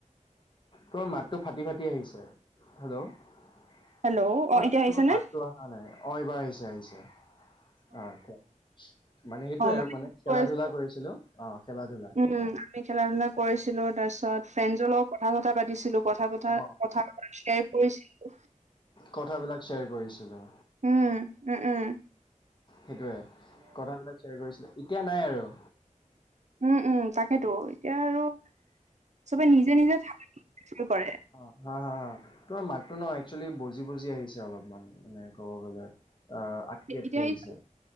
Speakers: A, on the left; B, on the right.
A: তোমাৰ মাতটো ফাটি-ফাটি আহিছে৷ হেল্ল' তোমাৰ-তোমাৰ
B: হেল্ল' অ এতিয়া আহিছেনে
A: মাতটো অহা নাই অ এইবাৰ আহিছে আহিছে অ কোৱা মানে সেইটোয়ে
B: অ
A: আৰু মানে খেলা
B: কৈ আছিলো
A: ধূলা কৰিছিলো অ খেলা ধূলা
B: উম
A: অ
B: আমি খেলা ধূলা কৰিছিলো তাৰছত ফ্ৰেনজৰ লগত কথা চথা পাতিছিলো কথা পতা
A: অ
B: কথা <unintelligible> শ্বেয়াৰ কৰিছিলো৷
A: কথাবিলাক শ্বেয়াৰ কৰি গৈছিলোঁ৷
B: উম-উম-উম
A: সেইটোয়ে কথাবিলাক শ্বেয়াৰ কৰিছিলে এতিয়া নাই আৰু
B: উম-উম তাকেতো এতিয়া আৰু চবে নিজে নিজে থাক <unintelligible> কৰে৷
A: হা-হা-হা তোমাৰ মাতো ন একচুৱেলি বজি-বজি আহিছে অলপমান মানে ক'ব গ'লে৷ অ, আটকে - আটকে
B: এতিয়া
A: আহিছে
B: এই